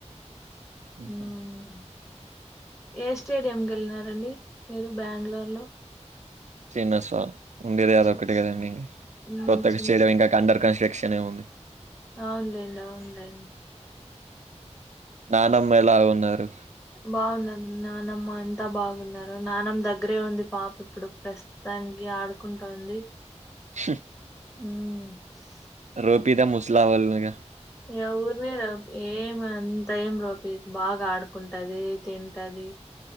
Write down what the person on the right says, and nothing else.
ఉహ్.
చిన్నస్వామి ఉండేది అదొక్కటి
కదండి.
కొత్తగా
స్టేడియం
ఇంకా అండర్ కన్స్ట్రక్షనే ఉంది.
నానమ్మ ఎలాగ ఉన్నారు.
స
రోపిత ముసల వాల్లుగా